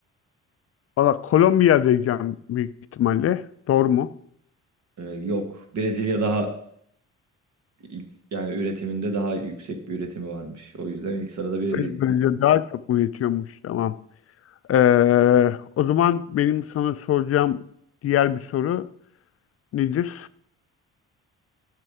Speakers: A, on the left (about 50°); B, on the right (about 65°).
A: Valla Kolombiya diyeceğim büyük ihtimalle. Doğru mu?
B: Ee, yok. Brezilya daha ilk- yani üretiminde daha yüksek bir üretimi varmış. O yüzden ilk sırada Brezilya.
A: Brezilya daha çok mu yetiyormuş? Tamam. Ee, o zaman benim sana soracağım diğer bir soru nedir?